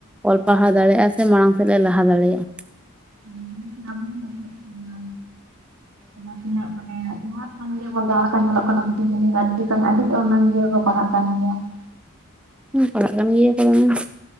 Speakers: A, in the centre; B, on the right.
A: ᱚᱞ ᱯᱟᱲᱦᱟᱣ ᱫᱟᱲᱮᱭᱟᱜᱼᱟ ᱥᱮ ᱢᱟᱲᱟᱝ ᱥᱮᱜ ᱞᱮ ᱞᱟᱦᱟ ᱫᱟᱲᱮᱭᱟᱜᱼᱟ᱾
B: ᱢᱮᱱ ᱫᱟᱹᱧ ᱥᱮ ᱟᱵᱚᱣᱟᱜ ᱜᱮ ᱱᱟᱯᱟᱭᱚᱜ ᱛᱟᱵᱚᱱᱟ ᱚᱱᱟ ᱾ ᱩᱱᱟᱹᱜ ᱢᱟᱱᱮ ᱞᱟᱦᱟᱜ ᱠᱟᱱ ᱜᱮᱭᱟ ᱵᱚᱱ ᱡᱟᱦᱟᱸ ᱞᱮᱠᱟ ᱧᱮᱞᱚᱜ ᱠᱟᱱᱟ ᱫᱤᱥᱚᱢ ᱫᱩᱱᱤᱭᱟᱹ ᱨᱮ ᱟᱹᱰᱤ ᱠᱷᱟᱱ ᱟᱹᱰᱤ ᱚᱱᱟ ᱜᱤᱫᱽᱨᱟᱹ ᱠᱚ ᱯᱟᱲᱦᱟᱜ ᱠᱟᱱ ᱜᱮᱭᱟ ᱾
A: ᱦᱩᱸ ᱯᱟᱲᱟᱜ ᱠᱟᱱ ᱜᱮᱭᱟ ᱠᱚ ᱫᱚᱢᱮ ᱾